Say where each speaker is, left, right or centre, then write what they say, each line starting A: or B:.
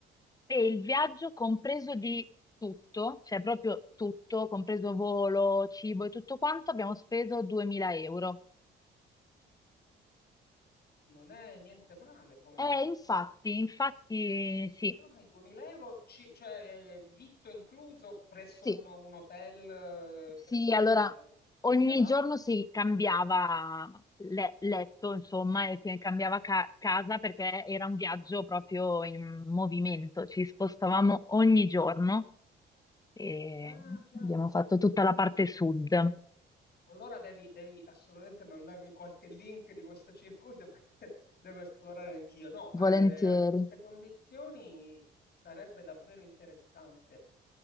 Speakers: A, on the left; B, on the left.
A: E il viaggio compreso di tutto, cioè proprio tutto, compreso volo, cibo e tutto quanto, abbiamo speso 2000 euro.
B: non è niente male, come
A: Eh, infatti, infatti,
B: 10
A: sì,
B: giorni, 2000 euro, ci- cioè eh, vitto incluso presso
A: sì,
B: uno- un hotel
A: sì,
B: eh, presso il
A: allora
B: quale
A: ogni
B: risiedevate?
A: giorno si cambiava le- letto, insomma, e si cambiava ca- casa perché era un viaggio proprio in movimento, ci spostavamo ogni giorno e
B: Ah, chiaro.
A: abbiamo fatto tutta la parte sud.
B: Allora devi, devi assolutamente mandarmi qualche link di questo circuito perché <laughs> devo esplorare anch'io. No,
A: Volentieri.
B: eh, a queste condizioni sarebbe davvero interessante.